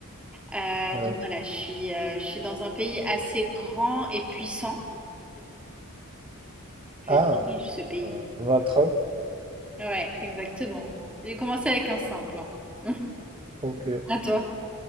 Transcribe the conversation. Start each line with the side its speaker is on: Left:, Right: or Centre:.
Centre: Euh,
Right: Euh,
Centre: donc, voilà, je suis, euh, je suis dans un pays assez grand et puissant. Je
Right: ah,
Centre: dirige ce pays.
Right: euh, Donald Trump.
Centre: Ouais, exactement. J'ai commencé avec un simple. hein.
Right: Ok.
Centre: À toi.